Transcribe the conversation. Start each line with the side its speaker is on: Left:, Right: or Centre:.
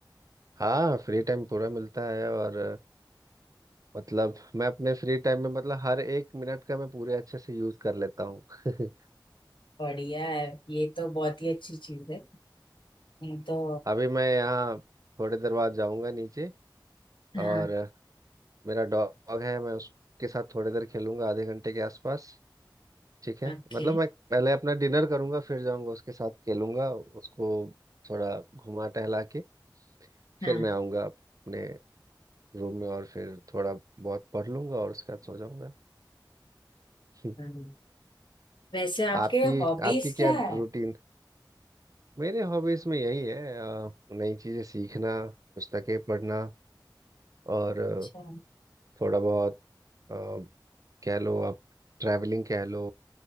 Right: हाँ फ्री टाइम पूरा मिलता है और अ, मतलब मैं अपने फ्री टाइम में मतलब हर एक मिनट का मैं पूरे अच्छे से यूज कर लेता हूँ <laughs>
Left: बढ़िया है ये तो बहुत ही अच्छी चीज है नहीं तो
Right: अभी मैं यहाँ थोड़ी देर बाद जाऊँगा नीचे
Left: हाँ
Right: और अ, मेरा डॉग है मैं उसके साथ थोड़ी देर खेलूंगा आधे घंटे के आसपास ठीक है
Left: ओके
Right: मतलब मैं पहले अपना डिनर करूंगा फिर जाऊंगा उसके साथ खेलूंगा उसको थोड़ा घुमा टहला के
Left: हाँ
Right: फिर मैं आऊंगा अपने रूम में और फिर थोड़ा बहुत पढ़ लूंगा और उसके बाद सो जाऊंगा <laughs>
Left: हम्म, वैसे आपके
Right: आपकी
Left: हॉबीज
Right: आपकी
Left: क्या
Right: क्या
Left: है
Right: रूटीन मेरे हॉबीज में यही है अ, नई चीजें सीखना पुस्तकें पढ़ना और अ,
Left: अच्छा
Right: थोड़ा बहुत अ, कह लो आप ट्रैवलिंग कह लो